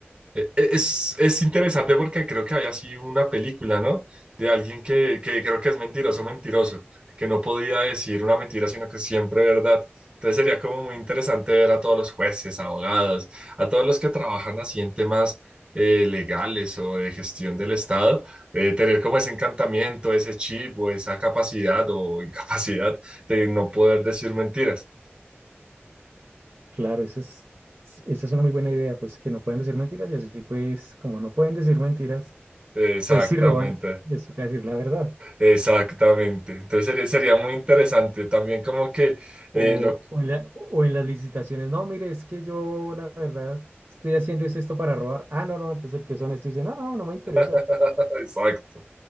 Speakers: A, on the right; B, on the right.
A: E- Es, es interesante porque creo que había sido una película, ¿no? De alguien que, que creo que es mentiroso, mentiroso, que no podía decir una mentira, sino que siempre verdad. Entonces sería como muy interesante ver a todos los jueces, abogados, a todos los que trabajan así en temas eh, legales o de gestión del Estado, eh, tener como ese encantamiento, ese chip o esa capacidad o <laughs> incapacidad de no poder decir mentiras.
B: Claro, esa es, esa es una muy buena idea, pues que no pueden decir mentiras y así pues como no pueden decir mentiras,
A: Exactamente.
B: pues si roban, les toca decir la verdad.
A: Exactamente. Entonces sería, sería muy interesante también como que eh,
B: O,
A: lo...
B: o en la- o en las licitaciones, no, mire, es que yo la verdad estoy haciendo es esto para robar. Ah, no, no, entonces el que es honesto dice, no, no, no me interesa.
A: <laughs> Exacto.